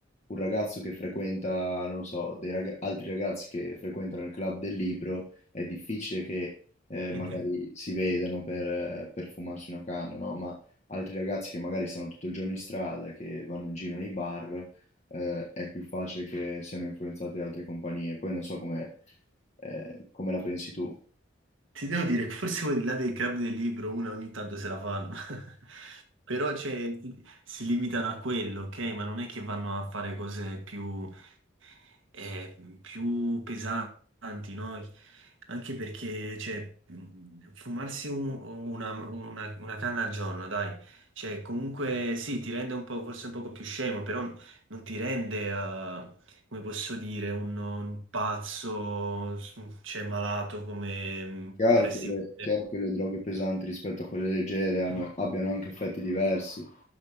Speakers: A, on the left (about 35°); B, on the right (about 80°).
A: un ragazzo che frequenta, non lo so, dei raga- altri ragazzi che frequentano il club del libro, è difficile che eh, magari
B: <laughs>
A: si vedano per, per fumarsi una canna, no? Ma altri ragazzi che magari stanno tutto il giorno in strada, che vanno in giro nei bar, eh, è più facile che siano influenzati da altre compagnie. Poi non so come, eh, come la pensi tu.
B: Ti devo dire, che forse quelli là del club del libro, una ogni tanto se la fanno, <laughs> però cioè, si limitano a quello, ok? Ma non è che vanno a fare cose più... eh, più pesanti, no? Anche perché, cioè, mh, fumarsi un- una, una- una canna al giorno, dai, cioè, comunque sì, ti rende un po', forse un poco più scemo, però non ti rende, eh, come posso dire, un, un pazzo, cioè, malato come mh,
A: Chiaro
B: potresti...
A: che le, chiaro che le droghe pesanti rispetto a quelle leggere hanno- abbiano anche effetti diversi.